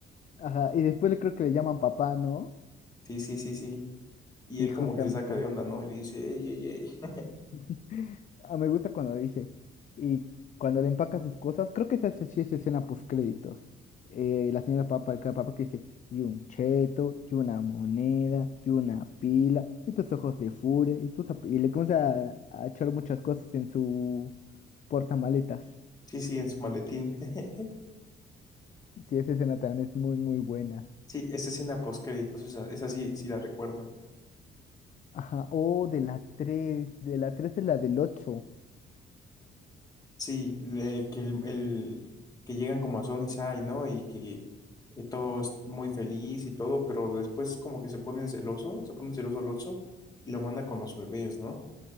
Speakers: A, on the left; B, on the left.
A: Ajá, y después le creo que le llaman papá, ¿no?
B: Sí, sí, sí, sí. Y
A: Sí,
B: él
A: justamente.
B: como que se saca de onda, ¿no? Y le dice, ey, ey, ey.
A: <laughs> Ah, me gusta cuando dice. Y cuando le empaca sus cosas, creo que esa es- sí es escena postcréditos. Eh, la señora papa, el cara papa que dice, y un cheto, y una moneda, y una pila, y tus ojos de furia, y tus zap- y le comienza a, a echar muchas cosas en su portamaletas.
B: Sí, sí, en su maletín. <laughs>
A: Sí, esa escena también es muy, muy buena.
B: Sí, esa escena post-créditos, esa, esa sí, sí la recuerdo.
A: Ajá, oh, de la tres de la 3 es la del ocho
B: Sí, le- que el, el- que llegan como a Sony Sai, ¿no? Y que eh, todo es muy feliz y todo, pero después como que se ponen celoso, se ponen celoso Lotso y lo manda con los bebés, ¿no?